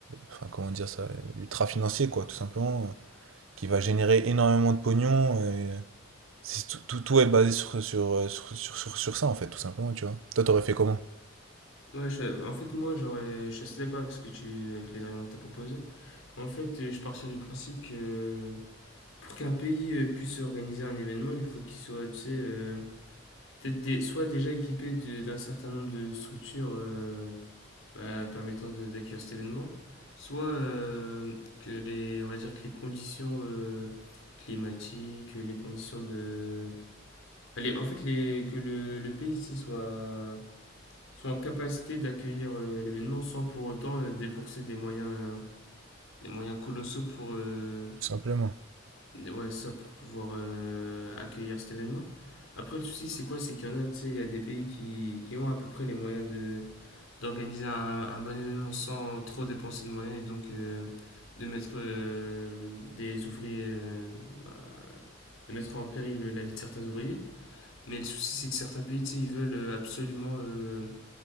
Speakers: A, on the right; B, on the left.
A: enfin comment dire ça, euh, ultra financier quoi, tout simplement, euh, qui va générer énormément de pognon. euh, c'est tout, tout, tout est basé sur, sur, euh, sur, sur, sur, sur ça en fait, tout simplement, tu vois. Toi, t'aurais fait comment?
B: Ouais, je- en fait, moi, j'aurais, je suis assez d'accord avec ce que tu, avec les arguments que tu as proposés. En fait, euh, je partirais du principe que euh, pour qu'un pays euh, puisse organiser un événement, il faut qu'il soit, tu sais, euh, peut-être des- soit déjà équipé de- d'un certain nombre de structures, euh, bah, permettant de- d'accueillir cet événement, soit euh, que les, on va dire que les conditions euh, climatiques, les conditions de, enfin, les- en fait les, que le, le pays ici soit, soit en capacité d'accueillir euh, l'événement sans pour autant euh, débourser des moyens, euh, des moyens colossaux pour, euh,
A: Tout simplement.
B: ouais, ça pour pouvoir euh, accueillir cet événement. Après, le souci, c'est quoi? C'est qu'il y en a, tu sais, il y a des pays qui, qui ont à peu près les moyens de, d'organiser un, un bon événement sans trop dépenser de moyens et donc euh, de mettre euh, des ouvriers, euh, bah, de mettre en péril la vie de certains ouvriers. Mais le souci, c'est que certains pays, tu sais, ils veulent euh, absolument euh,